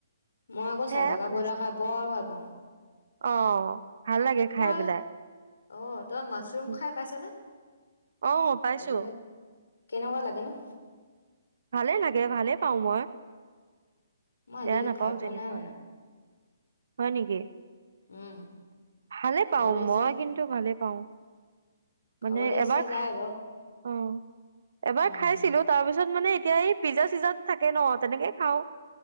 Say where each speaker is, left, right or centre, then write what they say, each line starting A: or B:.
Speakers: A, on the left; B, on the right.
A: মই আকৌ
B: সেয়াই
A: চাল থাকা
B: বনাইছে
A: ব্ৰইলাৰ খাই বৰ ভাল পাওঁ?
B: অ ভাল লাগে খাই
A: তই
B: পেলাই।
A: অ তই মাছৰুম
B: উম।
A: খাই পাইছনে?
B: অ পাইছো
A: আজিলৈ কেনেকুৱা লাগে নো।
B: ভালেই লাগে ভালে পাওঁ মই।
A: মই আজিলৈ
B: বেয়া নাপাও
A: খাই পোৱা
B: যেনেকুৱা
A: নাই মানে
B: হয় নেকি
A: উম
B: ভালে
A: খাবলৈ
B: পাও
A: ইচ্ছা
B: মই কিন্তু ভালে পা। পাওঁ।
A: খাবলৈ
B: মানে
A: ইচ্ছা
B: এবাৰ
A: যায়
B: খা
A: বাৰু
B: অ এবাৰ
A: উম,
B: খাইছিলো তাৰপিছত? তাত মানে। এতিয়া এই পিজা চিজাত থাকে ন তেনেকে খাওঁ?